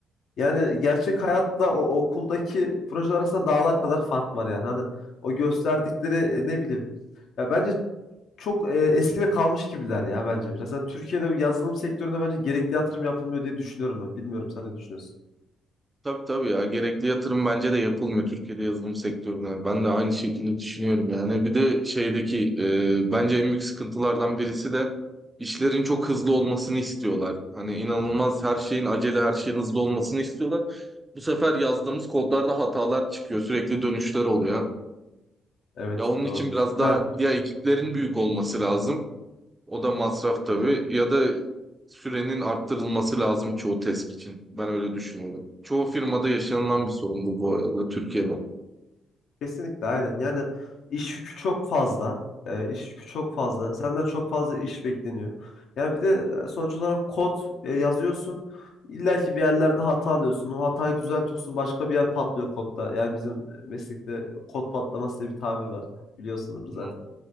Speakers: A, on the left (about 70°); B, on the right (about 15°).
A: Yani gerçek hayatla o okuldaki projeler arasında dağlar kadar fark var yani. Hani o gösterdikleri e, ne bileyim. Ya bence çok e, eskide kalmış gibiler ya bence biraz. Yani Türkiye'de bu yazılım sektöründe bence gerekli yatırım yapılmıyor diye düşünüyorum ben. Bilmiyorum sen ne düşünüyorsun?
B: Tabii tabii ya gerekli yatırım bence de yapılmıyor Türkiye'de yazılım sektörüne. Ben de aynı şekilde düşünüyorum yani. Bir de şeydeki e, bence en büyük sıkıntılardan birisi de işlerin çok hızlı olmasını istiyorlar. Hani inanılmaz her şeyin acele her şeyin hızlı olmasını istiyorlar. Bu sefer yazdığımız kodlarda hatalar çıkıyor sürekli dönüşler oluyor.
A: Evet
B: Ya onun
A: doğru.
B: için biraz daha
A: Yani
B: ya ekiplerin büyük olması lazım. O da masraf tabii. Ya da sürenin arttırılması lazım çoğu test için. Ben öyle düşünüyorum. Çoğu firmada yaşanılan bir sorun bu bu arada Türkiye'de.
A: Kesinlikle aynen. Yani iş yükü çok fazla. E, iş yükü çok fazla. Senden çok fazla iş bekleniyor. Yani bir de e, sonuç olarak kod e, yazıyorsun. İlla ki bir yerlerde hata alıyorsun. O hatayı düzeltiyorsun. Başka bir yer patlıyor kodda. Yani bizim meslekte kod patlaması diye bir tabir var. Biliyorsunuz zaten.
B: Hı.